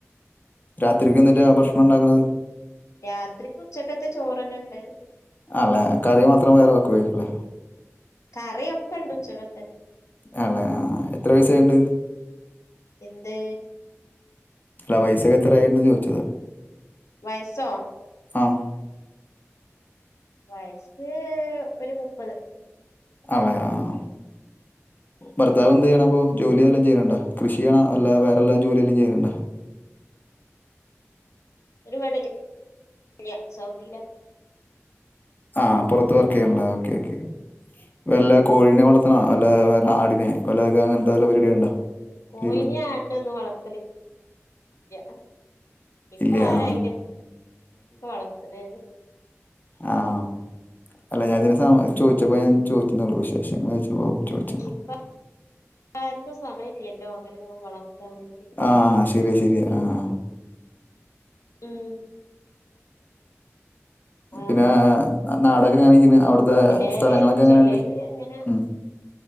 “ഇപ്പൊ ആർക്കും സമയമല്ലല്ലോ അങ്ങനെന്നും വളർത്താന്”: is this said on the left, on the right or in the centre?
Left